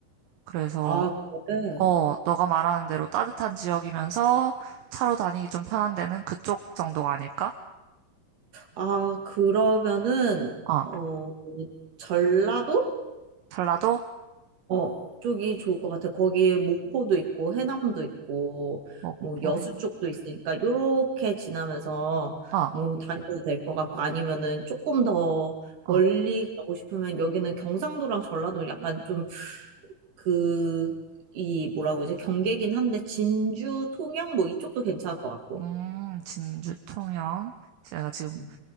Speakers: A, on the right; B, on the right.
A: 그래서,
B: 아, 그래?
A: 어, 너가 말하는 대로 따뜻한 지역이면서 차로 다니기 좀 편한 데는 그쪽 정도가 아닐까?
B: 아, 그러면은,
A: 어,
B: 어, 전라도?
A: 전라도?
B: 어, 쪽이 좋을 것 같아. 거기에 목포도 있고 해남도 있고
A: 뭐,
B: 뭐
A: 포
B: 여수
A: 해?
B: 쪽도 있으니까 요렇게 지나면서
A: 어,
B: 뭐 다녀도 될 것 같고 아니면은 조금 더
A: 어.
B: 멀리 가고 싶으면 여기는 경상도랑 전라도 약간 좀 그 이 뭐라고 이제 경계긴 한데 진주, 통영 뭐 이쪽도 괜찮을 것 같고.
A: 음, 진주 통영. 제가 지금
B: 음,